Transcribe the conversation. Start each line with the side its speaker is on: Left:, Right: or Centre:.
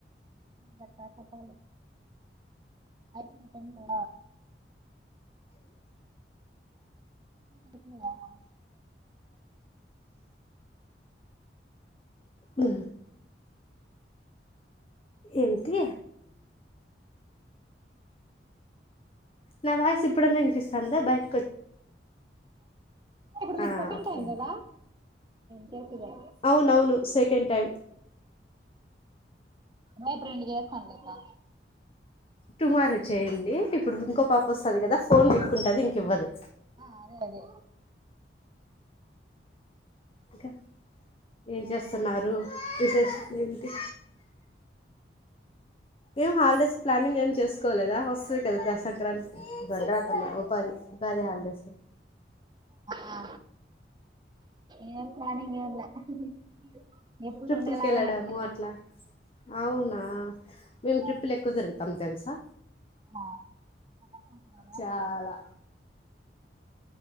Right: టప్పా టప్పలి అయిపోయినా పనులు అయిపోయినాయా
Left: ఇ ఏంటి నా వాయిస్ ఇప్పుడన్నా వినిపిస్తంద బయట
Right: ఇప్పుడు నీకు
Left: ఆ
Right: సెకండ్
Left: ఓకే
Right: టైమ్ కదా చేసిందా
Left: అవునవును సెకండ్ టైం
Right: రేపు రెండు చేస్తం కదా
Left: టుమారో చేయడి ఇప్పుడు ఇంకో పాప వస్తుంది
Right: ఆ అదే
Left: కదా
Right: అదే
Left: ఫోన్ పిక్కుంటది ఇంక ఇవ్వదు
Right: ఆ అదే అదే
Left: ఇంకా ఏం చేస్తున్నారు విశేషం ఏంటి ఏం హాలిడేస్ ప్లానింగ్ ఏం చేసుకోలేదా వస్తది కదా సంక్రాంతి సంక్రాంతి ఉగాది ఉగాది హాలిడేస్
Right: ఆ ఏ ప్లానింగ్ ఏం లే ఎప్పుడు
Left: ట్రిప్పుల్కి
Right: ఉండేలాగానే
Left: కెళ్ళడము అట్లా అవునా మేము ట్రిపుల్
Right: ఆ
Left: ఎక్కువ తిరుగుతాం తెలుసా
Right: ఆ <unintelligible>
Left: చాలా